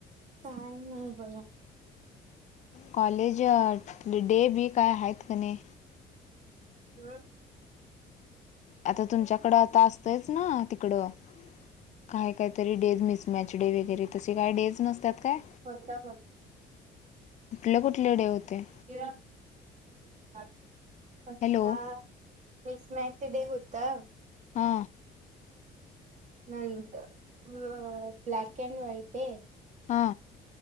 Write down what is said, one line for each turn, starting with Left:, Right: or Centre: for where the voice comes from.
Right: काय नाही बघा.
Left: कॉलेजात डे बी काय हायेत की नई?
Right: अं?
Left: आता तुमच्याकडं अता असतंच ना तिकडं काय काहीतरी डेज मिस मॅच डे वैगेरे तसे काय डेज नसतात काय?
Right: होतात होत
Left: कुठले कुठले डे होते?
Right: <unintelligible>
Left: हॅलो
Right: मिसमॅचचे डे होतं.
Left: हा.
Right: नंतर अ ब्लॅक एन्ड व्हाईट डे.
Left: हा.